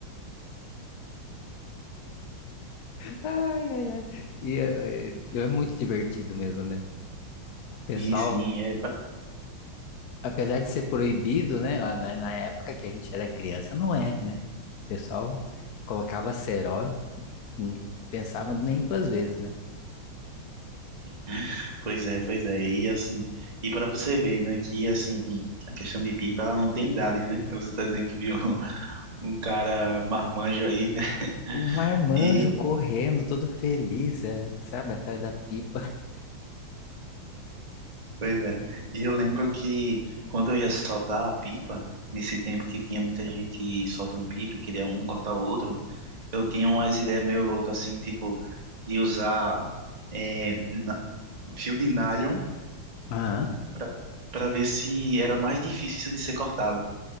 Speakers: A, on the left (about 60°); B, on the right (about 20°).
A: <laughs> Ai, ai, ai. E é, é é muito divertido mesmo, né? O
B: Sim,
A: pessoal,
B: sim, é. pa-
A: apesar de ser proibido, né? a- Na na época que a gente era criança, não era, né? O pessoal colocava cerol, não pensava nem duas vezes, né?
B: <laughs> Pois é, pois é. E assim, e para você ver, né, que assim, a questão de pipa, ela não tem idade, né? Você tá dizendo que viu <laughs> um cara marmanjo aí, né? <laughs>
A: Um marmanjo
B: E
A: correndo, todo feliz, é, sabe, atrás da pipa.
B: Pois é. E eu lembro que quando eu ia soltar a pipa, nesse tempo que tinha muita gente soltando pipa, e queria um cortar o outro, eu tinha umas ideias meio loucas assim, tipo, de usar eh, na- fio de nylon
A: <laughs> Aham.
B: para para ver se era mais difícil de ser cortado.